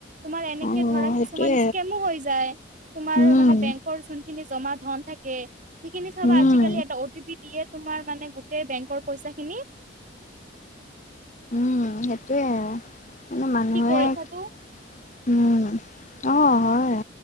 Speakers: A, on the right; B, on the left.
A: তোমাৰ এনেকে
B: অ
A: ধৰা কিছুমান
B: সেইটোৱে
A: স্কেমো হৈ যায়। তোমাৰ
B: উম
A: মানে বেংকৰ যোনখিনি জমা ধন থাকে, সেইখিনি চাবা
B: উম
A: আজিকালি এটা অ' টি পি দিয়ে তোমাৰ মানে গোটেই বেংকৰ পইচাখিনি
B: উম, সেইটোৱে আৰু, মানে মানুহে
A: কি কৰি
B: উম,
A: কথাটো
B: অ' হয়